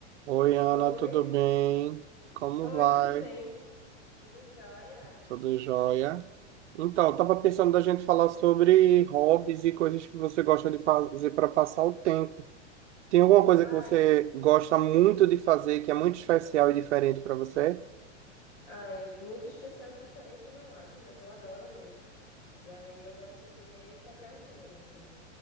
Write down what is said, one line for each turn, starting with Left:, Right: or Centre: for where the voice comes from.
Right: Oi, Ana,
Left: Oi,
Right: tudo bem? Como
Left: Oi,
Right: vai?
Left: tudo bem? tudo jóia?
Right: Tudo jóia? Então, eu tava pensando da gente falar sobre hobbies e coisas que você gosta de fazer para passar o tempo. Tem alguma coisa
Left: Ai,
Right: que você gosta muito de fazer que é muito especial e diferente para você?
Left: ai, muito especial e diferente eu não acho, mas eu adoro ler. E aí eu gosto de ler qualquer gênero, assim.